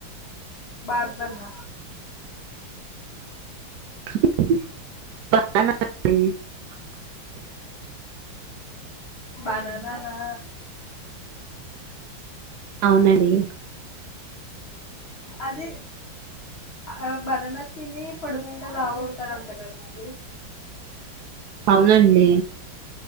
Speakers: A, on the left; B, on the right.
A: బాధ పడతాన
B: <unintelligible>
A: బననా నా
B: అవునండి
A: అదే ఆ భరన తిని పడుకుంటే లావవుతారంట కదండి
B: అవునండి